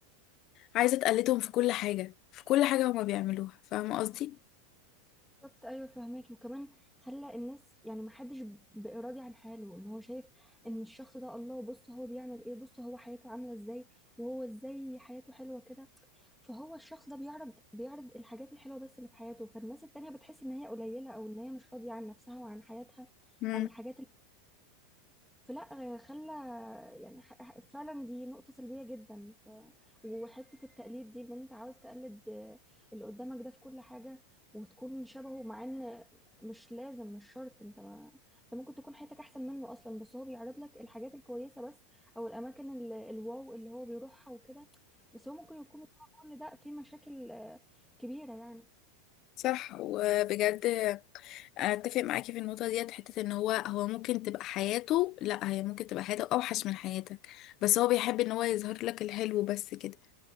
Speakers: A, on the left; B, in the centre.
A: عايزة تقلدهم في كل حاجة في كل حاجة هما بيعملوها فاهمة قصدي؟
B: بالظبط ايوه فهماك وكمان خلى الناس يعني ما حدش بقى راضي عن حاله ان هو شايف ان الشخص ده الله بص هو بيعمل ايه بص هو حياته عامله ازاي وهو ازاي حياته حلوه كده فهو الشخص ده بيعرض بيعرض الحاجات الحلوه بس اللي في حياته فالناس التانية بتحس ان هي قليله او ان هي مش راضيه عن نفسها وعن حياتها
A: مم.
B: وعن الحاجات فلا آه، خلى يعني ح- ح- فعلا دي نقطة سلبية جدا ف... وحتة التقليد دي ان انت عاوز تقلد آه، اللي قدامك ده في كل حاجة وتكون شبهه مع ان مش لازم مش شرط انت ما... انت ممكن تكون حياتك احسن منه اصلا بس هو بيعرض لك الحاجات الكويسة بس او الاماكن ال... الواو اللي هو بيروحها وكده بس هو ممكن يكون ورا كل ده في مشاكل آه، كبيرة يعني
A: صح وبجد اتفق معاكي في النقطه ديت حته ان هو هو ممكن تبقى حياته لا هي ممكن تبقى حياته اوحش من حياتك بس هو بيحب ان هو يظهر لك الحلو بس كده